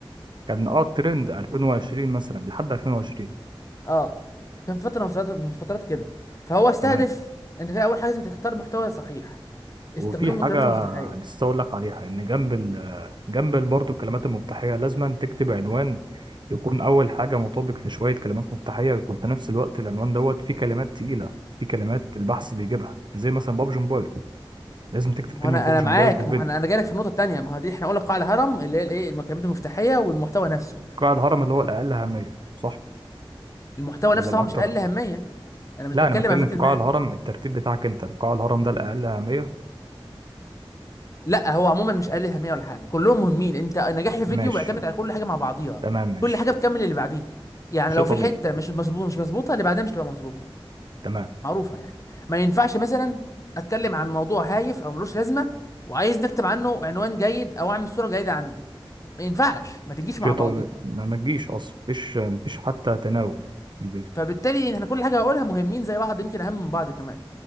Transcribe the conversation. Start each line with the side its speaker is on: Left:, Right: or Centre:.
Right: كان اه الترند 2020 مثلا لحد 2020
Left: اه كان فتره من فترات من فترات كده فهو استهدف
Right: تمام
Left: انت كده اول حاجه لازم تختار محتوى صحيح استخدام
Right: وفي
Left: المكالمات
Right: حاجة
Left: المفتاحيه
Right: نسيت أقول لك عليها إن جنب ال جنب ال- برضه الكلمات المفتاحية لازم تكتب عنوان يكون أول حاجة مطابق لشوية كلمات مفتاحية يكون في نفس الوقت العنوان دوت فيه كلمات تقيلة فيه كلمات البحث بيجيبها زي مثلا بابجي موبايل لازم تكتب
Left: ما
Right: كلمة
Left: هو انا
Right: بابجي
Left: انا معاك
Right: موبايل في الفيديو
Left: ما هو انا انا جايلك في النقطه التانيه ما هو دي احنا قلنا قاع الهرم اللي هي الايه المكالمات المفتاحيه والمحتوى نفسه
Right: قاع الهرم اللي هو الأقل أهمية صح
Left: المحتوى
Right: ولا
Left: نفسه
Right: الأكتر
Left: هو مش اقل اهميه انا مش
Right: لا
Left: بتكلم
Right: انا بتكلم
Left: على فكره
Right: في
Left: الناس
Right: قاع الهرم الترتيب بتاعك انت قاع الهرم ده الاقل اهميه
Left: لا هو عموما مش قليل اهميه ولا حاجه كلهم مهمين انت نجاح الفيديو
Right: ماشي
Left: بيعتمد على كل حاجه مع بعضيها
Right: تمام ماشي
Left: كل حاجه بتكمل اللي بعديها يعني
Right: شيء
Left: لو
Right: طبيعي
Left: في حته مش مظبوطه مش مظبوطه اللي بعدها مش تبقى مظبوطه
Right: تمام
Left: معروفه يعني ما ينفعش مثلا اتكلم عن موضوع هايف او ملوش لازمه وعايز نكتب عنه عنوان جيد او اعمل صوره جيده عنه ما ينفعش ما تجيش
Right: شيء
Left: مع بعضيها
Right: طبيعي ما ما تجيش اصلا مفيش مفيش حتى تناوب في الفيديو
Left: فبالتالي احنا كل حاجه هقولها مهمين زي بعض يمكن اهم من بعض كمان